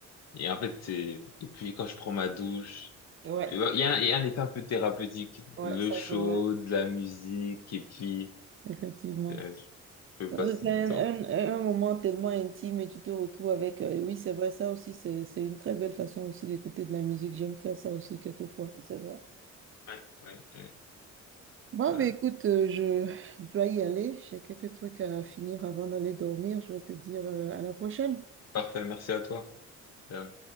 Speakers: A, on the left (about 60°); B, on the right (about 45°).
A: Et en fait, c'est, et puis quand je prends ma douche,
B: Ouais.
A: il y a un, il y a un effet un peu thérapeutique.
B: Ouais,
A: Le
B: ça
A: chaud,
B: c'est vrai.
A: de la musique, et puis,
B: Effectivement.
A: euh, je peux
B: C'est
A: passer du
B: un,
A: temps.
B: un- un moment tellement intime et tu te retrouves avec... euh, oui, c'est vrai, ça aussi, c'est, c'est une très belle façon aussi d'écouter de la musique. J'aime faire ça aussi quelquefois, c'est vrai.
A: Ouais, ouais, ouais,
B: Bon,
A: ouais.
B: mais écoute, euh, je, je dois y aller. J'ai quelques trucs à finir avant d'aller dormir. Je vais te dire, euh, à la prochaine.
A: Parfait, merci à toi. Euh,